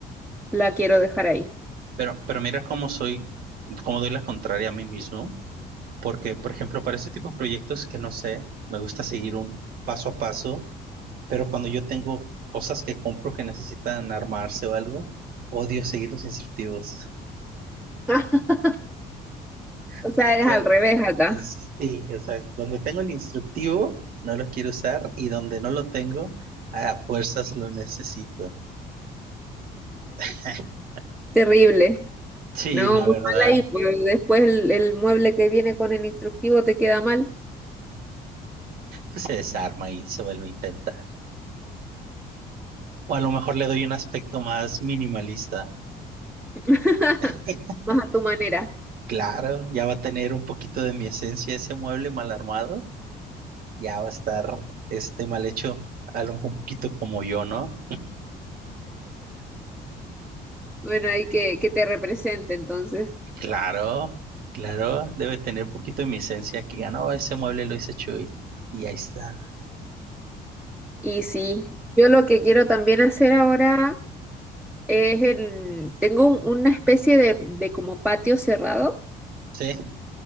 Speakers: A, in the centre; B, on the right.
A: la quiero dejar ahí.
B: pero, pero mira cómo soy, cómo doy la contraria a mí mismo, porque, por ejemplo, para este tipo de proyectos que no sé, me gusta seguir un paso a paso pero cuando yo tengo cosas que compro que necesitan armarse o algo, odio seguir los instructivos.
A: <laughs>
B: <laughs>
A: O sea, es
B: O sea,
A: al revés acá.
B: es- sí, o sea, donde tengo el instructivo, no lo quiero usar y donde no lo tengo, a fuerzas lo necesito. <laughs>
A: Terrible.
B: Sí,
A: No,
B: la
A: muy
B: verdad,
A: mal ahí, pues después el, el mueble que viene con el instructivo te queda mal.
B: pues se desarma y se vuelve a intentar. O a lo mejor le doy un aspecto más minimalista.
A: <laughs>
B: <laughs>
A: Más a tu manera.
B: Claro, ya va a tener un poquito de mi esencia ese mueble mal armado, ya va a estar este mal hecho, a lo mejor un poquito como yo, ¿no?
A: Bueno, hay que, que te represente entonces.
B: Claro, claro, debe tener poquito de mi esencia que ganó ese mueble lo hice Chuy. Y ahí está.
A: Y sí, yo lo que quiero también hacer ahora Es el, tengo un- una especie de, de como patio cerrado
B: Sí,